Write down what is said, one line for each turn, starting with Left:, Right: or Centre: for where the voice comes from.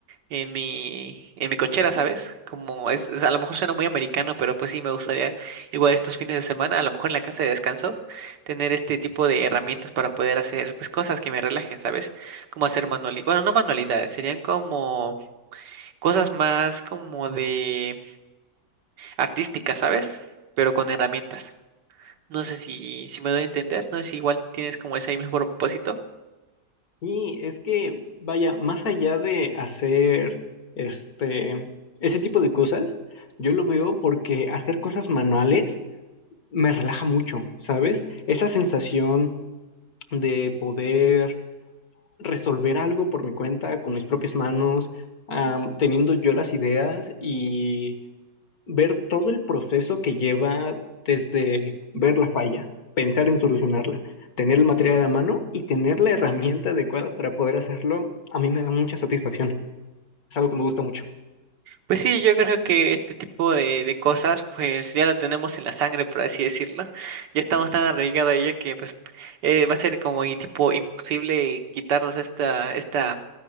Right: en mi, en mi cochera, ¿sabes? Como es, es- a lo mejor suena muy americano, pero pues sí me gustaría igual estos fines de semana, a lo mejor en la casa de descanso, tener este tipo de herramientas para poder hacer pues cosas que me relajen, ¿sabes? Como hacer manualidades, bueno, no manualidades, serían como cosas más como de artísticas, ¿sabes? Pero con herramientas. No sé si, si me doy a entender, no sé si igual tienes como ese mismo propósito.
Left: Y es que, vaya, más allá de hacer este, ese tipo de cosas, yo lo veo porque hacer cosas manuales me relaja mucho, ¿sabes? Esa sensación de poder resolver algo por mi cuenta, con mis propias manos, am, teniendo yo las ideas y ver todo el proceso que lleva desde ver la falla, pensar en solucionarla, tener el material a la mano y tener la herramienta adecuada para poder hacerlo, a mí me da mucha satisfacción. Es algo que me gusta mucho.
Right: Pues sí, yo creo que este tipo de, de cosas pues ya lo tenemos en la sangre, por así decirlo. Ya estamos tan arraigados a ello que pues eh, va a ser como y tipo imposible quitarnos esta, esta,